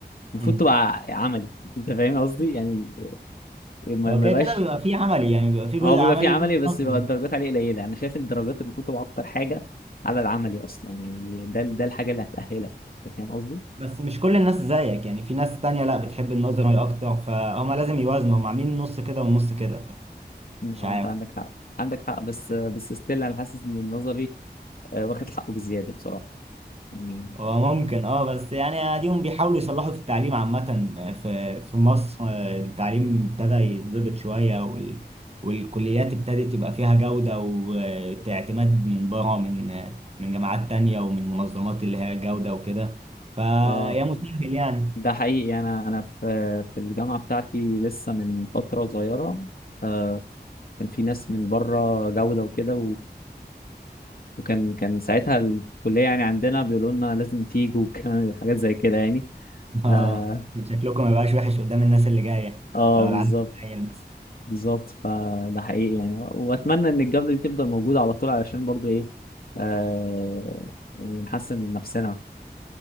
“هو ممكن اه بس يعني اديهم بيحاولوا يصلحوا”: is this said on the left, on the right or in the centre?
Right